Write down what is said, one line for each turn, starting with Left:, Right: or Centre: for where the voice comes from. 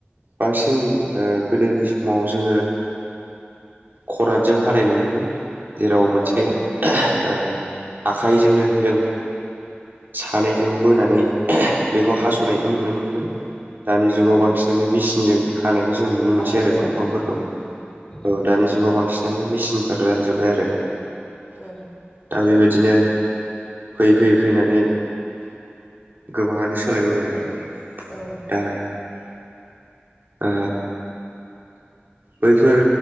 Right: बांसिन ओ गोदोनि समाव जोङो खरादजों हानाय नुयोमोन जेराव मोनसे
Left: औ
Right: ओ आखाइजोंनो जों सानैजों बोनानै <unintelligible> बेखौ
Left: औ
Right: हास'नायखौ
Left: औ
Right: नुनो मोनबाय दानि जुगाव
Left: औ
Right: बांसिनानो मिसिनजों हानायखौ जों नुनो मोनसै
Left: बाहायनाय
Right: आरो
Left: जाबाय
Right: दंफांफोरखौ।
Left: आरोना उम उम
Right: औ दानि जुगाव बांसिनानो मिसिनफोर हाजोबबाय आरो।
Left: औ।
Right: दा बेबायदिनो फैयै फैयै फैनानै गोबाङानो सोलायबोबाय आरो।
Left: औ।
Right: दा ओ बैफोर